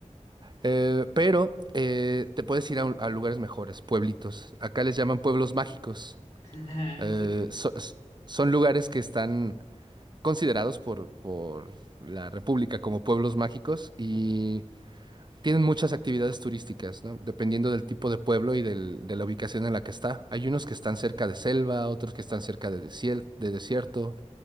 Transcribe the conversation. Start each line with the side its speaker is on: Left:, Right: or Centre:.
Right: Eh, pero eh, te puedes ir a, un- a lugares mejores, pueblitos. Acá les llaman pueblos mágicos.
Left: <laughs> ¿En
Right: Eh,
Left: serio?
Right: so- s- son lugares que están considerados por, por la República como pueblos mágicos y tienen muchas actividades turísticas, ¿no? Dependiendo del tipo de pueblo y del- de la ubicación en la que está. Hay unos que están cerca de selva, otros que están cerca de, desiel- de desierto,